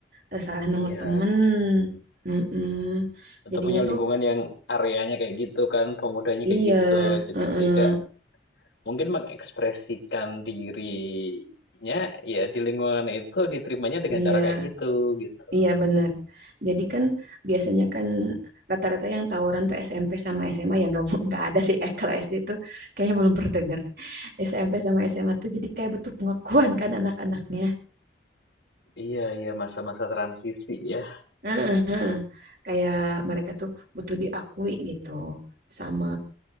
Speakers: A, on the right; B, on the left.
A: Eh, salah nemu
B: Iya,
A: temen Mm-mm.
B: atau
A: Jadinya
B: punya lingkungan
A: tuh
B: yang areanya kayak gitu kan, pemudanya
A: iya
B: kayak gitu, jadi
A: mm-mm.
B: sehingga mungkin mengekspresikan dirinya, ya di lingkungan itu diterimanya dengan
A: Iya
B: cara kayak gitu, gitu.
A: iya benar jadi kan biasanya kan rata-rata yang tawuran tuh SMP sama SMA yang nggak <laughs> nggak ada sih eh kalau SD tuh kayaknya belum pernah denger SMP sama SMA tuh jadi kayak butuh pengakuan kan anak-anaknya
B: Iya iya, masa-masa transisi ya.
A: Heeh, heeh. kayak mereka tuh butuh diakui gitu sama